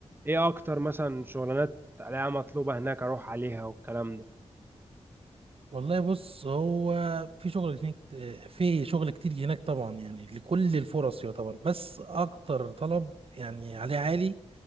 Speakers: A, on the right; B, on the right.
A: ايه اكتر مثلا شغلانات عليها مطلوبه هناك اروح عليها والكلام ده
B: والله بص هو في شغل هناك في شغل كتير هناك طبعا يعني لكل الفرص يعتبر بس أكتر طلب يعني عليه عالي